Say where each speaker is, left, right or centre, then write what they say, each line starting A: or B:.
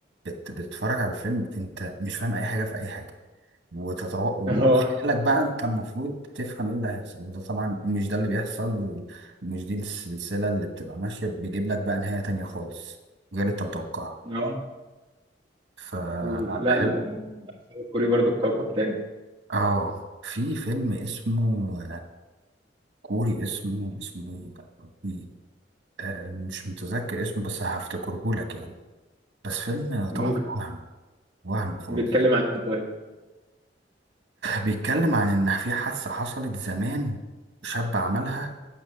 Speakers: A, on the right; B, on the right.
A: بت... بتتفرج على الفيلم انت مش فاهم اي حاجه في اي حاجه وتتو...
B: <laughs>
A: وخيالك
B: اه
A: بقى انت المفروض تفهم ايه اللي هيحصل وده طبعا مش ده اللي بيحصل ومش دي السلسله اللي بتبقى ماشيه بيجيب لك بقى نهايه تانية خالص غير اللي انت متوقعها
B: اه
A: فبحب
B: لا لا الأفلام الكوري برضه في كوكب تاني
A: اه في فيلم اسمه كوري اسمه اسمه ايه ده يا ربي. آه مش متذكر اسمه بس هفتكره لك يعني بس فيلم تحفة
B: ممكن
A: وهم وهم خالص
B: بيتكلم عن ايه طيب
A: بيتكلم عن ان في حادثة حصلت زمان شاب عملها